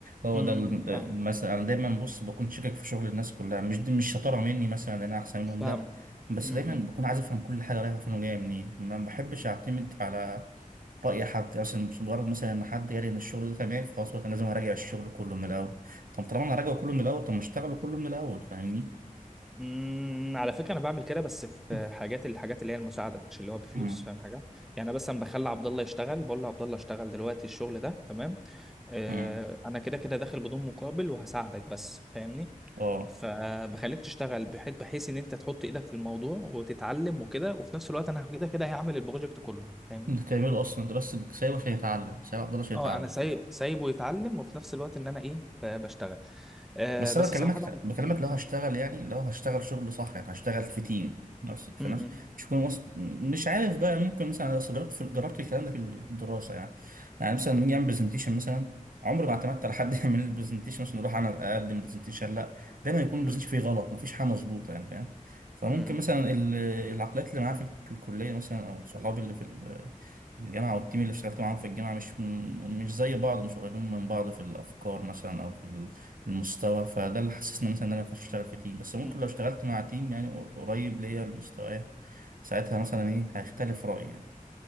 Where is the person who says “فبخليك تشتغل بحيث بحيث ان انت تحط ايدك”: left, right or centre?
Centre